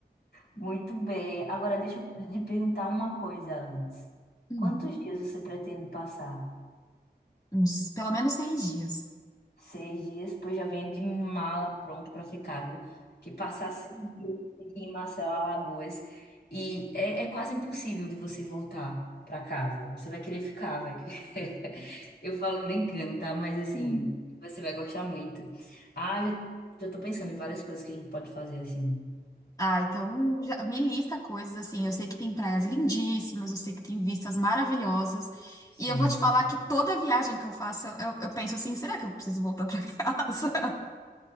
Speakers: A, on the left; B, on the left.
A: Muito bem. Agora deixa eu lhe perguntar uma coisa antes.
B: Hum,
A: Quantos dias você pretende passar?
B: uns, pelo menos seis dias.
A: Seis dias, pois já venha de mala pronto para ficar, viu? Que passar seis dias aqui em Marcelo Alagoas e é, é quase impossível de você voltar para casa. Você vai querer ficar, vai. querer- <laughs> Eu falo brincando, tá? Mas assim,
B: Sim.
A: você vai gostar muito. Ah, já, já tô pensando em várias coisas que a gente pode fazer assim.
B: Ah, então já me lista coisas assim. Eu sei que tem praias lindíssimas, eu sei que tem vistas maravilhosas.
A: Sim.
B: E eu vou te falar que toda viagem que eu faço, eu, eu penso assim: será que eu preciso voltar pra <laughs> casa?